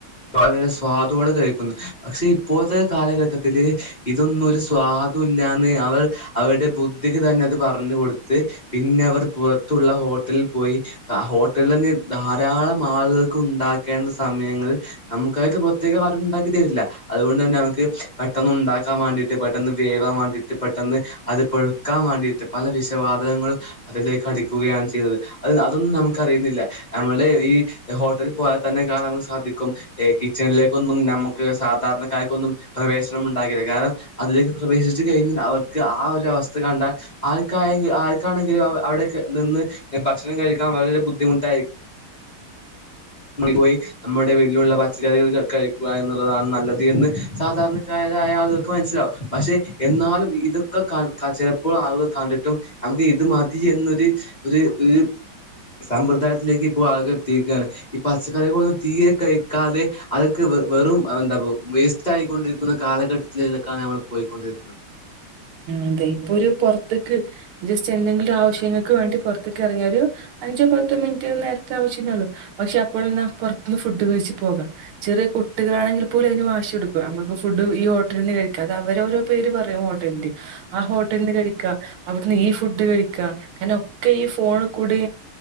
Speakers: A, on the left; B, on the right.
A: വളരെ സ്വാദോടെ കഴിക്കുന്നു പക്ഷെ ഇപ്പോഴത്തെ കാലഘട്ടത്തില് ഇതൊന്നരു സ്വാദ് ദുല്ലാന്ന് അവർ അവരുടെ ബുദ്ധിക്ക് തന്നെ അത് പറഞ്ഞ കൊടുത്ത് പിന്നെ അവർ പുറത്തുള്ള ഹോട്ടലിൽ പോയി ആഹ് ഹോട്ടലിൽ തന്നെ ധാരാളം ആളുകൾക്ക് ഉണ്ടാക്കേണ്ട സമയങ്ങളിൽ നമുക്കായിട്ട് പ്രത്യേക ആരുമുണ്ടാക്കിത്തരല്ല അതുകൊണ്ട് തന്നെ നമക്ക് പെട്ടെന്നുണ്ടാക്കാൻ വേണ്ടിട്ട് പെട്ടെന്ന് വേവാൻ വേണ്ടിട്ട് പെ ട്ടെന്ന് അത് പൊഴുക്കാൻ വേണ്ടിയിട്ട് പല വിഷവാതകങ്ങളും അതിലേക്ക് അടിക്കുകയാണ് ചെയ്യുന്നത് അത്‌ തൊന്നും നമുക്ക് അറിയുന്നില്ല നമ്മളുടെ ഈ ഹോട്ടലിൽ പോയാൽ തന്നെ കാണാൻ നമുക്ക് സാധിക്കും കിച്ചണിലേക്കൊന്നും നമുക്ക് സാധാരണ രണക്കാർക്കൊന്നും പ്രവേശനം ഉണ്ടാകില്ല കാരണം അതിലേക്ക് പ്രവേശിച്ചു കഴിഞ്ഞാൽ അവർക്ക് ആ ഒരു അവസ്ഥ കണ്ടാ ആർക്കായെങ്ക ആർക്കാണെങ്കിലും അവിടെ നിന്ന് ഭക്ഷണം കഴി ക്കാൻ വളരെ ബുദ്ധിമട്ടായിരിക്കും പോയി നമ്മുടെ വീട്ടിലുള്ള പച്ചക്കറികൾ കഴിക്കുക എന്നുള്ളതാണ് നല്ലത് എന്ന് സാധാരണക്കാരായ ആളുകൾക്ക് മനസ്സിലാവും പക്ഷെ എന്നാലും ഇതൊക്കെ കാ ചിലപ്പോൾ ആളുകൾ കണ്ടിട്ടും നമുക്ക് ഇത് മതി എന്നൊരു ഒരു ഒരു സമ്പ്രദായത്തിലേക്ക് ഇപ്പോ ആള്കളെത്തിരിക്കുകയാണ് ഈ പച്ചക്കറികളൊന്നും തീരെ കഴിക്കാതെ അതൊക്കെ വെ വെറും എന്താ വേസ്റ്റ് ആയിക്കൊണ്ടിരിക്കുന്ന കാലഘട്ടത്തിലേക്കാണ് നമ്മൾ പോയിക്കൊണ്ടിരിക്കുന്നത്
B: അതെ ഇപ്പൊ ഒരു പുറത്തേക്ക് ജസ്റ്റ് എന്തെങ്കിലും ആവശ്യങ്ങൾക്ക് വേണ്ടി പൊറത്ത്ക്ക് ഇറങ്ങിയ ഒരു അഞ്ചോ പത്തോ മിനിറ്റ് നേരത്തെ ആവശ്യമേയുള്ളൂ പക്ഷെ അപ്പോഴെന്നാ പുറത്തുന്ന് ഫുഡ് കഴിച്ച് പോകലാ ചെറിയ കുട്ടികളാണെങ്കിൽ പോലും അതിന് വാശി പിടിക്കുവാ നമുക്ക് ഫുഡ് ഈ ഹോട്ടലിൽ നിന്ന് കഴിക്കാം അത് അവര് ഓരോ പേര് പറയും ആ ഹോട്ടല്ന്ന് കഴിക്കാം അവിട്ന്ന് ഈ ഫുഡ് കഴിക്കാം അങ്ങനെ ഒക്കെ ഈ ഫോണിൽ കൂടി